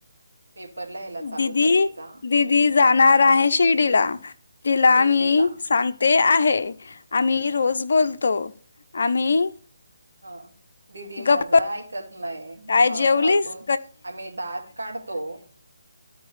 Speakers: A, on the right; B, on the left.
A: पेपर लिहायला चालू
B: दीदी
A: करायचा
B: दिदी जाणार आहे शिर्डीला तिला
A: शिर्डीला
B: मी सांगते आम्ही रोज बोलतो. आम्ही
A: हा. दिदी
B: गप्प
A: माझं ऐकत नाही.
B: काय
A: ह
B: जेवलीस
A: अजून आम्ही दात काढतो.